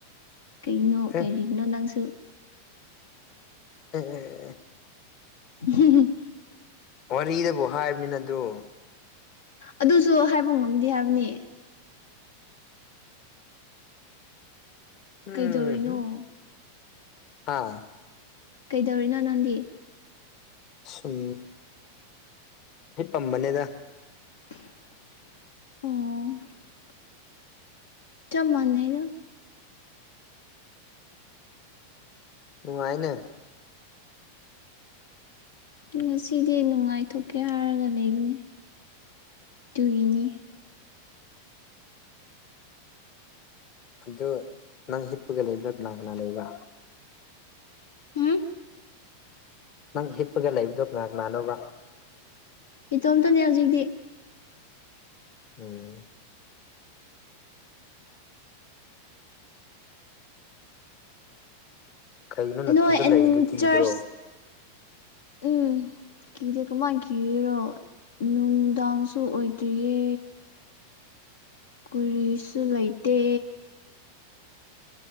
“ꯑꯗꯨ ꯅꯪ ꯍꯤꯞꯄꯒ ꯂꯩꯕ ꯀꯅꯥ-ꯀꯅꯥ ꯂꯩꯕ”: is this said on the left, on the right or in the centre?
Left